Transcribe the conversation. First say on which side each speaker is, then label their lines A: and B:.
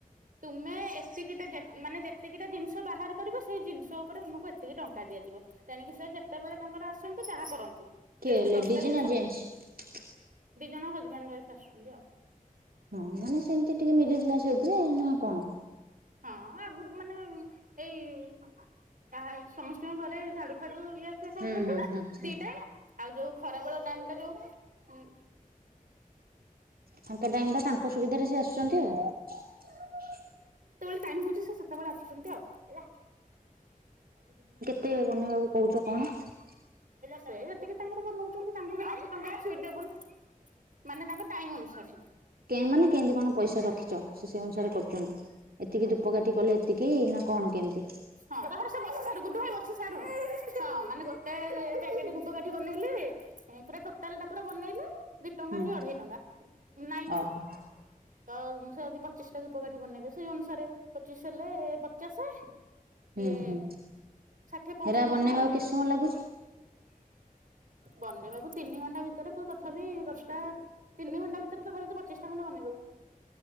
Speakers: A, on the right; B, on the right.
A: ତୁମେ ଏସି ଯେ ମାନେ ଯେତିକିଟା ଜିନିଷ ବାହାର କରିବ ସେଇ ଜିନିଷ ଉପରେ ତୁମକୁ ଏତିକି ଟଙ୍କା ଦିଆଯିବ ତେଣିକି ସେ ଯେତେବେଳେ ତାଙ୍କର ଆସନ୍ତୁ ଯାହା କରନ୍ତୁ। ସେ
B: କିଏ
A: ଯଦି
B: ଲେଡିଜ
A: ଦଶଟା ଜିନିଷ
B: ନା ଜେନ୍ସ?
A: ଦି ଜଣ ହଜବାଣ୍ଡ ୱାଇଫ୍ ଆସୁଛନ୍ତି ଆଉ।
B: ହଁ ମାନେ ସେମତି ଟିକେ ମିଡିଲ କ୍ଲାସ ହେଇଥିବେ ନା କଣ?
A: ହଁ ଆଗରୁ ମାନେ ଏଇ କାହା ସମସ୍ତଙ୍କ ଘରେ ଝାଡୁ ଫାଡୁ ଇଏ ଫିଏ କରୁଛନ୍ତି
B: ହୁଁ ହୁଁ ହୁଁ ହୁଁ।
A: The time. ଆଉ ଯୋଉ ଖରା ବେଳ ଟାଇମ ଟା ଯୋଉ
B: ତାଙ୍କ ଟାଇମ ଟା ତାଙ୍କ ସୁବିଧାରେ ସେ ଆସୁଚନ୍ତି ଆଉ।
A: ଟାଇମ ହଉଚି ସେ ସେତେବେଳେ ଆସୁଚନ୍ତି ଆଉ ହେଲା।
B: କିଏ ବନେଇବାକୁୁ କହୁଚ କଣ?
A: ସେ ଯେତିକି ତାଙ୍କର ବନଉଚନ୍ତି ତାଙ୍କୁ ସେତିକି ଟଙ୍କା ସୁଇଟେବୁଲ୍ ମାନେ ତାଙ୍କ ଟାଇମ ଅନୁସାରେ।
B: କେ ମାନେ କେମିତି କଣ ପଇସା ରଖିଚ ସେ ସେଇ ଅନୁସାରେ କରୁଚନ୍ତି। ଏତିକି ଧୂପକାଠି କଲେ ଏତିକି ।ନା କଣ କେମିତି?
A: ହଁ ରହରେ ସେ ବସିସାରୁ ଗୁଡୁ ଭାଇ ବସି ସାରୁ ହଁ ମାନେ ଗୋଟେପ୍ୟାକେଟ ଧୂପକାଠି ବନେଇଲେ ପୁରା ଟୋଟାଲ ଟା ପୁରା ବନେଇଲେ ଦି ଟଙ୍କା
B: ହଁ
A: କି ଅଢେଇ ଟଙ୍କା ନାଇଁ
B: ଓହୋ
A: ତ ସେ ଯଦି ପଚିଶ ଟା ଧୂପକାଠି ବନେଇବେ ସେଇ ଅନୁସାରେ ପଚିଶ ହେଲେ ପଚାଶ।
B: ହୁଁ
A: ଇଏ
B: ହୁଁ।
A: ଷାଠିଏ ପଞ୍ଚଷଠି
B: ହେରା ବନେଇବାକୁ
A: ଟଙ୍କା ଆଉ।
B: କେତେ ସମୟ ଲାଗୁଛି
A: ବନେଇବାକୁ ତିନି ଘଣ୍ଟା ଭିତରେ ତୁ ତଥାପି ଦଶଟା ତିନି ଘଣ୍ଟା ଭିତରେ ତଥାପି ତୁ ପଚିଶି ଟା ଖଣ୍ଡେ ବନେଇଦବୁ।